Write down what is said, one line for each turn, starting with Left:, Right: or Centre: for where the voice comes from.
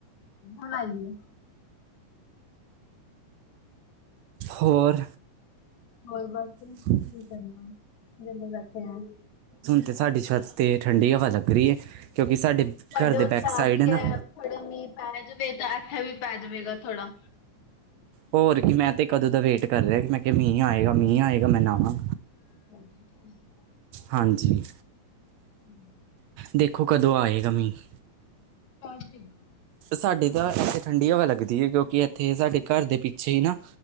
Left: ਹੁਣ ਆਈਏ
Right: ਹੋਰ
Left: ਹੋਰ ਬਸ
Right: ਹ <unintelligible>
Left: ਕੀ ਕਰਨਾ ਵੇਹਲ਼ੇ ਬੈਠੇ ਆ
Right: ਅਤੇ ਸਾਡੀ ਛੱਤ 'ਤੇ ਠੰਡੀ ਹਵਾ ਲੱਗ ਰੀ ਐ ਕਿਉਂਕਿ ਸਾਡੇ
Left: ਤੁਹਾਡੇ
Right: ਘਰ ਦੇ
Left: ਉੱਥੇ
Right: ਬੈਕ
Left: ਆ
Right: ਸਾਈਡ
Left: ਗਈ
Right: ਹੈ ਨਾ
Left: ਐ ਥੋੜਾ ਮੀਂਹ ਪੈ ਜਾਵੇ ਤਾਂ ਇੱਥੇ ਵੀ ਪੈ ਜਾਵੇਗਾ ਥੋੜਾ
Right: ਹੋਰ ਕੀ ਮੈਂ ਤੇ ਕਦੋਂ ਦਾ ਵੇਟ ਕਰ ਰਿਹਾ ਕਿ ਮੈਂ ਕਿਹਾ ਮੀਂਹ ਆਏਗਾ ਮੀਂਹ ਆਏਗਾ ਮੈਂ ਨਾਵਾਂ
Left: <inaudible>
Right: ਹਾਂਜੀ!
Left: ਹੂੰ!
Right: ਦੇਖੋ ਕਦੋਂ ਆਏਗਾ ਮੀਂਹ।
Left: ਅਜੇਗਾ
Right: ਫਿਰ ਸਾਡੇ ਤਾਂ ਇੱਥੇ ਠੰਡੀ ਹਵਾ ਲੱਗਦੀ ਐ ਕਿਉਂਕਿ ਇੱਥੇ ਸਾਡੇ ਘਰ ਦੇ ਪਿੱਛੇ ਈ ਨਾ।